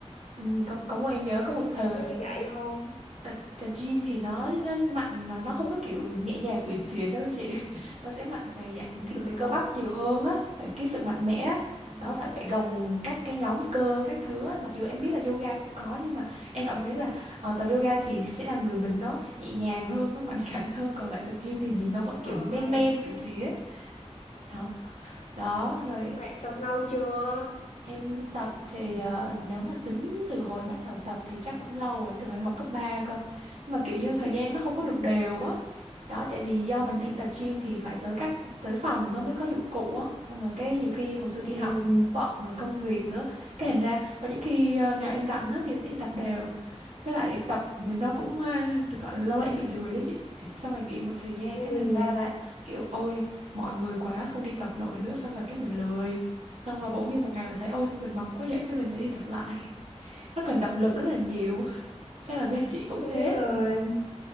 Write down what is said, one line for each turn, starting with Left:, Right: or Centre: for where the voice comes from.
Right: ừ, có có một em nhớ
Left: Tập
Right: có một
Left: gym
Right: thời
Left: thì có như vậy không?
Right: tập tập gym thì
Left: Ừ.
Right: nó nhân mạnh nó nó không có kiểu nhẹ nhàng uyển chuyển đâu chị <laughs> nó sẽ mạnh về
Left: cái
Right: dạng
Left: này
Right: thiên
Left: hả?
Right: về cơ bắp nhiều hơn á về cái sự mạnh mẽ á.
Left: Ừ,
Right: đó phải phải gồng các cái nhóm cơ các thứ á. mặc dù em biết là yoga cũng có nhưng mà em cảm thấy là ờ, tập yoga thì sẽ làm người mình nó nhẹ nhàng hơn nó mạnh <laughs> khảnh hơn còn lại tập gym thì nhìn nó vẫn
Left: đúng
Right: kiểu
Left: rồi.
Right: men men kiểu gì á đó đó rồi
Left: Nhưng mà em tập lâu chưa?
Right: Em tập thì ờ, nếu mà tính từ hồi bắt đầu tập thì chắc cũng lâu rồi, từ hồi em học cấp 3 cơ. Nhưng mà kiểu như thời gian nó không
Left: Ừ.
Right: có được đều á. Đó, tại vì do mình đi tập gym thì phải tới các tới phòng nó mới có dụng cụ á. Xong rồi cái nhiều khi hồi xưa
Left: Ừ.
Right: đi học bận rồi công việc nữa. Cái thành ra có những khi ờ, nào em rảnh á thì em sẽ đi tập đều với lại tập thì nó cũng ờ, được gọi là lâu lại bị lười á chị xong rồi nghỉ một thời gian
Left: Ừ.
Right: cái thành ra là kiểu ôi mọi người quá không đi tập nổi nữa xong rồi cái mình lười xong rồi bỗng nhiên một ngày mình thấy ôi sao mình mập quá vậy thế mình lại đi tập lại nó cần động lực
Left: <laughs>
Right: rất là nhiều <laughs> chắc là bên chị cũng
Left: Đúng
Right: thế
Left: rồi.